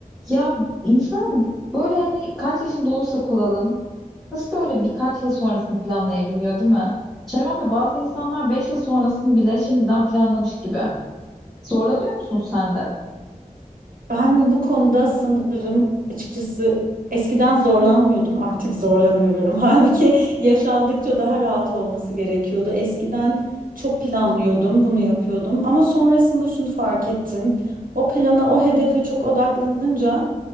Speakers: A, in the centre; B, on the right.
A: Ya insan böyle hani kaç yaşında olursak olalım nasıl böyle birkaç yıl sonrasını planlayabiliyor değil mi? Çevremde bazı insanlar 5 yıl sonrasını bile şimdiden planlamış gibi. Zorlanıyor musun sen de?
B: Ben bu konuda sanırım açıkçası eskiden zorlanmıyordum, artık zorlanıyorum. <laughs> Halbuki yaş aldıkça daha rahat olması gerekiyordu. Eskiden çok planlıyordum, bunu yapıyordum ama sonrasında şunu fark ettim. O plana, o hedefe çok odaklanınca